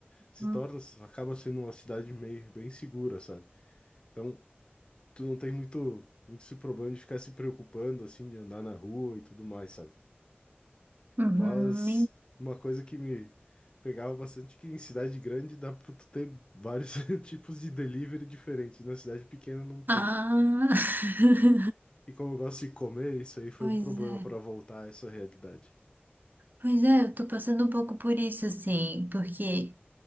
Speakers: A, on the left; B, on the right.
A: se
B: Uhum.
A: torna, acaba sendo uma cidade meio bem segura, sabe? Então, tu não tem muito, muito esse problema de ficar se preocupando, assim, de andar na rua e tudo mais, sabe?
B: Uhum.
A: Mas uma coisa que me pegava bastante é que em cidade grande dá pra tu ter vários <laughs> tipos de delivery diferentes, e na cidade pequena não tem.
B: Ah. <laughs>
A: E como eu gosto de comer, isso aí foi
B: Pois
A: um problema
B: é.
A: para voltar a essa realidade.
B: Pois é, eu tô passando um pouco por isso, assim, porque